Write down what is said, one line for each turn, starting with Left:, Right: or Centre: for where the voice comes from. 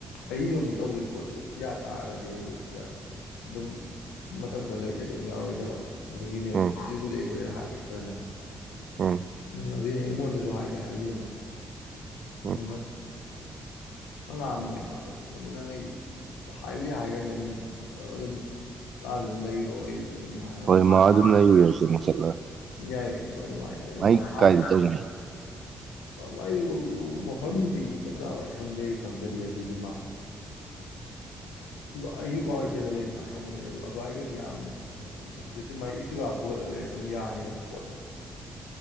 Left: ꯑꯩ ꯁꯣꯝꯗ ꯇꯧꯗꯣꯏ ꯄꯣꯠꯇꯨ ꯌꯥ ꯇꯥꯔꯒꯗꯤ ꯑꯩꯗꯣ ꯁꯤꯗ ꯑꯗꯨꯝ, ꯃꯇꯝ ꯈꯔ ꯂꯩꯇ꯭ꯔꯗꯤ ꯑꯃꯨꯛ ꯌꯥꯎꯔꯣꯏꯗꯕ ꯑꯗꯨꯒꯤꯅꯦꯕ
Right: ꯎꯝ
Left: ꯑꯗꯨꯒꯤꯕꯨꯗꯤ ꯑꯩ ꯍꯥꯏꯒꯦ ꯐꯖꯅ꯫
Right: ꯎꯝ
Left: ꯎꯝ ꯑꯗꯨꯏꯅꯦ ꯃꯉꯣꯟꯗꯁꯨ ꯍꯥꯏꯗꯤ ꯍꯥꯏꯈꯤꯕꯅꯦ
Right: ꯎꯝ
Left: ꯑꯗꯨꯅ, ꯍꯪꯉꯥꯑꯝꯕꯅꯦ ꯃꯥꯗꯣ ꯑꯗꯨꯅ ꯑꯩ ꯍꯥꯏꯕꯨꯗꯤ ꯍꯥꯏꯈ꯭ꯔꯅꯤ ꯑꯗꯨꯝ ꯑꯗꯨꯝ ꯂꯥ ꯑꯗꯨꯝ ꯂꯩꯔꯣ ꯑꯩꯗꯨꯗ ꯑꯗꯨ
Right: ꯍꯣꯏ ꯃꯥ ꯑꯗꯨꯝ ꯂꯩꯔꯤꯔꯦ ꯀꯩꯅꯣ ꯆꯠꯂꯒ
Left: ꯌꯥꯏ ꯌꯥꯏ ꯍꯣꯏ ꯑꯗꯨꯃꯥꯏꯅ
Right: ꯃꯥꯏ
Left: ꯍꯥꯏ
Right: ꯀꯥꯏꯗ ꯇꯧꯒꯦ
Left: ꯃꯥꯏ ꯃꯐꯝꯗꯤ ꯆꯞ ꯆꯥꯕ ꯑꯩ ꯈꯪꯗꯔꯤ ꯈꯪꯗꯔꯤ ꯑꯗꯨꯒꯤ ꯃꯥ, ꯑꯩꯌꯨ ꯀ꯭ꯨꯋꯥ ꯀꯩꯊꯦꯜꯗ ꯂꯩ ꯃꯥ ꯈꯪꯕꯅꯤꯅ ꯑꯗꯨ ꯑꯗꯨꯋꯥꯏꯒꯗꯤ ꯌꯥꯝ ꯆꯠꯊ ꯆꯠꯁꯤꯟ ꯃꯒꯤ ꯏꯇꯤꯚ ꯄꯨꯍꯜꯂ ꯂꯩꯔꯁꯨ ꯑꯗꯨꯝ ꯌꯥꯅꯤꯗꯅ ꯄꯣꯠꯇꯣ꯫